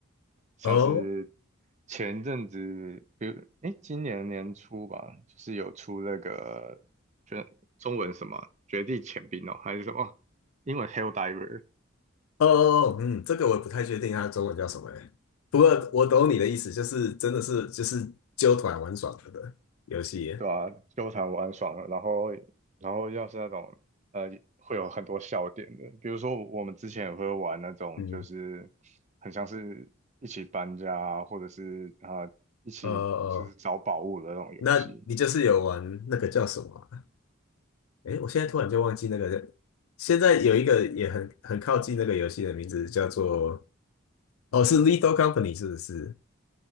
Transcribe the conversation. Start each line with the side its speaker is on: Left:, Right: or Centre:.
Right: 像是
Left: 哦
Right: 前一阵子，比如诶，今年年初吧，就是有出那个，就中文什么《绝地潜兵》哦，还是什么英文《Hell Diver》，
Left: 哦哦，嗯，这个我不太确定它中文叫什么欸不过我懂你的意思，就是真的是就是揪团玩耍了的游戏。
Right: 对啊，纠缠玩很爽了。然后，然后要是那种呃，会有很多笑点的，比如说我们之前也会玩那种，
Left: 嗯，
Right: 就是很像是一起搬家啊或者是啊，一起就是找宝物的那种游戏。
Left: 呃，哦哦那你就是有玩那个叫什么啊？诶，我现在突然就忘记那个。现在有一个也很很靠近那个游戏的名字，叫做哦，是 l i t h a l Company 是不是？